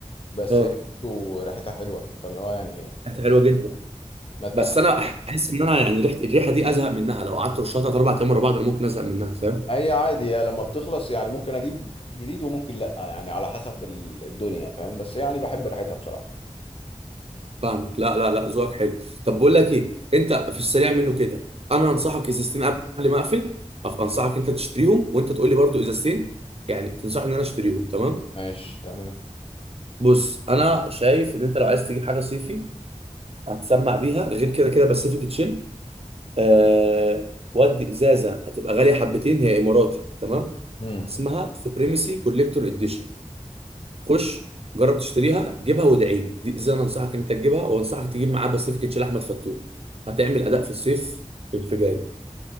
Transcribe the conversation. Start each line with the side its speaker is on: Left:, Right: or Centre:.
Left: بس
Right: اه
Left: هي برضه ريحتها حلوه فاللي هو يعني
Right: ريحتها حلوه جدا
Left: ما اتقفلش
Right: بس انا احس ان انا يعني ريحه الريحه دي ازهق منها لو قعدت رشها تلات اربع ايام ورا بعض انا ممكن ازهق منها فاهم
Left: هي عادي يا لما بتخلص يعني ممكن اجيب جديد وممكن لا يعني على حسب ال- الدنيا فاهم بس يعني بحب ريحتها بصراحه
Right: فاهمك لا لا لا ذوقك حلو طب بقول لك ايه انت في السريع منه كده انا انصحك ازازتين قبل ما اقفل أف- انصحك انت تشتريهم وانت تقول لي برضو ازازتين يعني تنصحني ان انا اشتريهم تمام
Left: ماشي تمام
Right: بص انا شايف ان انت لو عايز تجيب حاجه صيفي هتسمع بيها غير كده كده باسيفيك تشيل آه ودي ازازه هتبقى غاليه حبتين هي اماراتي تمام
Left: امم
Right: اسمها سوبريمسي كوليكتور اديشن خش جرب تشتريها جيبها وادعي لي دي ازازه انا انصحك ان انت تجيبها وانصحك تجيب معاه باسيفيك تشيل احمد فتوح هتعمل اداء في الصيف انفجاري